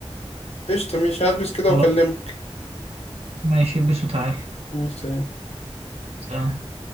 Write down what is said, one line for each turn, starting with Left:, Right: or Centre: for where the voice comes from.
Left: قشطة ماشي هلبس كده
Right: خلاص
Left: وأكلمك
Right: ماشي البسوا تعالى
Left: ماشي سلام.
Right: سلام